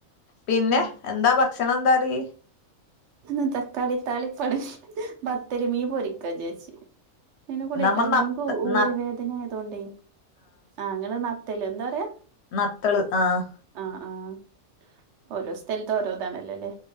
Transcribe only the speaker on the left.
പിന്നെ
എന്താ സിനന്തറി?
നമ്മ
നത്ത
ന
മത്തള് ആഹ്